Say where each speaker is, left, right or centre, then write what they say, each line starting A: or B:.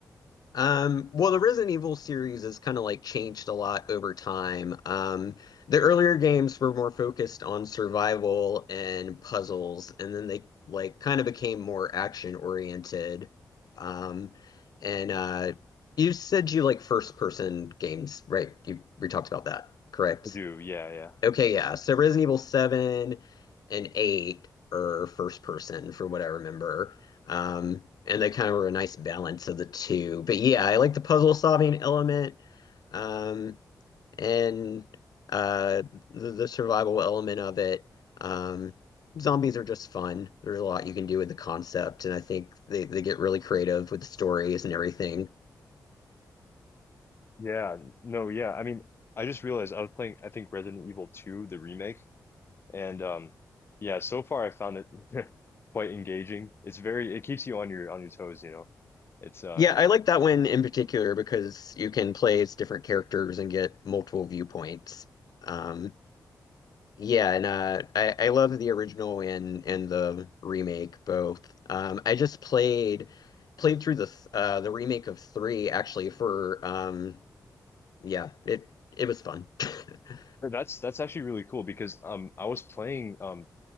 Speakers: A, on the left; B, on the left.
A: Um, well, the Resident Evil series has kind of like changed a lot over time. Um, the earlier games were more focused on survival and puzzles, and then they like kind of became more action oriented. Um, and uh, you said you like first person games, right? You we talked about that, correct?
B: I do, yeah, yeah.
A: Okay, yeah. So Resident Evil 7 and 8 are first person from what I remember. Um, and they kind of were a nice balance of the two. But yeah, I like the puzzle solving element, um, and uh, the, the survival element of it. Um, zombies are just fun. There's a lot you can do with the concept, and I think they, they get really creative with the stories and everything.
B: Yeah, n- no, yeah. I mean, I just realized I was playing, I think Resident Evil 2, the remake, and um yeah, so far I found it <laughs> quite engaging. It's very it keeps you on your on your toes, you know. It's uh
A: Yeah, I like that one in particular because you can play as different characters and get multiple viewpoints. Um, yeah, and uh, I, I love the original and and the remake both. Um, I just played played through the th- uh, the remake of three actually for um, yeah it it was fun. <laughs>
B: No, That's that's actually really cool because um I was playing um